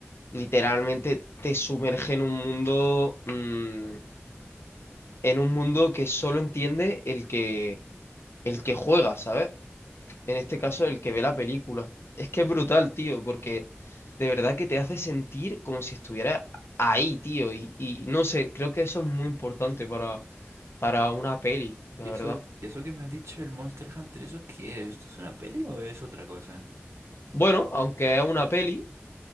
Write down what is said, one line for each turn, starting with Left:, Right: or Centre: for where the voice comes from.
Left: literalmente te sumerge en un mundo. mm, en un mundo que solo entiende el que, el que juega, ¿sabes? En
Right: vale.
Left: este caso, el que ve la película. Es que es brutal, tío, porque de verdad que te hace sentir como si estuviera ahí, tío. Y, y no sé, creo que eso es muy importante para, para una peli, la
Right: ¿Y
Left: verdad.
Right: eso, y eso que me has dicho el Monster Hunter, eso qué es? ¿Esto es una peli o es otra cosa?
Left: Bueno, aunque es una peli,